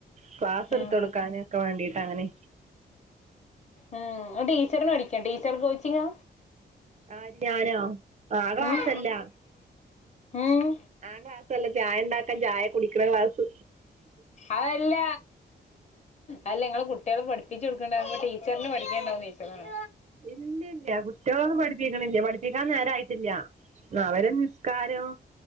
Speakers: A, on the right (about 40°); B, on the left (about 40°).
A: ക്ലാസ്
B: ഉം
A: എടുത്ത് കൊടുക്കാനും ഒക്കെ വേണ്ടീട്ട് അങ്ങനെ
B: ഉം ഇങ്ങൾ ടീച്ചറിന് പടിക്കാ ടീച്ചർ കോച്ചിങ്ങാ?
A: ആ ഞാനോ ആ ക്ലാസ്സല്ല.
B: ഉം ഉം
A: ആ ക്ലാസല്ല ചായ ഉണ്ടാക്കാൻ ചായ കുടിക്കണ ക്ലാസ്
B: അതല്ല. അല്ല ഇങ്ങള് കുട്ടികളെ പഠിപ്പിച്ച് കൊടുക്കണ്ടാവുമ്പോ ടീച്ചറിന് പഠിക്കാൻണ്ടാവോന്ന് ചോയ്ച്ചതാണ്.
A: ഇല്ലി ഇല്ല്യാ കു കുട്ട്യാളൊന്നും പഠിപ്പിക്ക്ണില്ല പഠിപ്പിക്കാൻ നേരയിട്ടില്ല. ആ അവരെ നിസ്കാരം